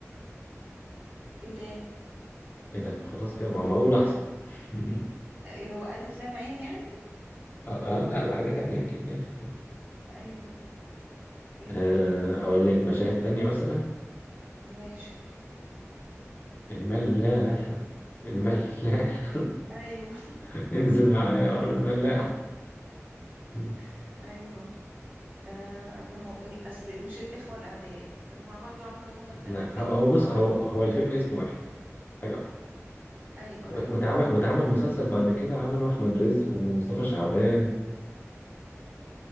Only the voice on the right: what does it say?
وايه تاني
إيه هو الف لام عين يعني
ايوه ال
ايه
ماشي
ايوه
<laughs> ايوه آه ما هو إيه اصل مش الاخوه الاعداء هما برضو عملوا هما التلاته
فيلم
مع
بعض
ايوه
ايوه